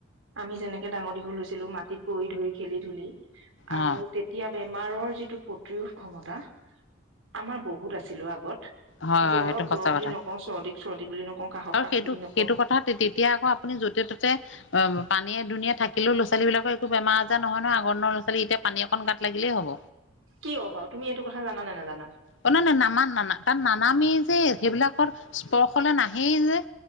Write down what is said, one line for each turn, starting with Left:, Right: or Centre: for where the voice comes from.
Right: আমি যেনেকে ডাঙৰ দীঘল হৈছিলো মাটিত পৰি ধই খেলি ধুলি আৰু
Left: অ
Right: তেতিয়া বেমাৰৰ যিটো প্ৰতিৰোধ ক্ষমতা আমাৰ বহুত আছিল অ আগত।
Left: হয় হয়
Right: জ্বৰক
Left: সেইটো সঁচা
Right: জ্বৰ বুলি
Left: কথা
Right: নকওঁ চৰ্দিক চৰ্দি বুলি নকওঁ কাহক
Left: আৰু
Right: কাহ
Left: সেইটো
Right: বুলি নকওঁ
Left: সেইটো কথা তেতিয়া আকৌ আপুনি য'তে ত'তে অ পানীয়ে দুনীয়ে থাকিলেও ল'ৰা-ছোৱালীবিলাকৰ একো বেমাৰ আজাৰ নহয় ন আগৰ দিনৰ ল'ৰা- ছোৱালী এতিয়া পানী অকন গাত লাগিলেই হ'ব।
Right: কি হ'ব বাৰু তুমি এইটো কথা জান নে নাজানা
Left: অ নাই নাই নামা নানা তাত নানামেই যে সেইবিলাকৰ স্পৰ্শলে নাহেই যে।